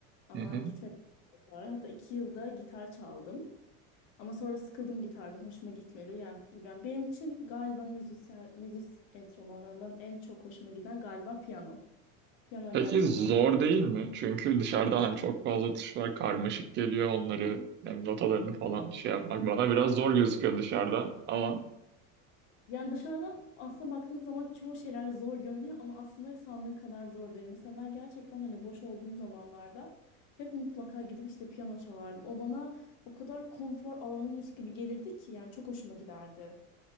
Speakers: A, on the left; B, on the right.
A: Ama
B: Hı hı.
A: gitmedim sonra. Hatta 2 yılda gitar çaldım. Ama sonra sıkıldım gitardan. Hoşuma gitmedi. Yani, yani benim için galiba müzisyen, müzis enstrümanlarından en çok hoşuma giden galiba piyano. Piyano
B: Peki
A: gerçekten.
B: zor değil mi? Çünkü dışarıdan hani çok fazla tuşlar karmaşık geliyor. Onları hem notalarını falan şey yapmak bana biraz
A: Ama
B: zor gözüküyor dışarıdan. Ama
A: Yani dışarıdan aslında baktığın zaman çoğu şeyler zor görünüyor ama aslında sandığın kadar zor değil. Mesela ben gerçekten hani boş olduğum zamanlarda hep mutlaka gidip işte piyano çalardım. O bana o kadar konfor alanımmış gibi gelirdi ki yani çok hoşuma giderdi.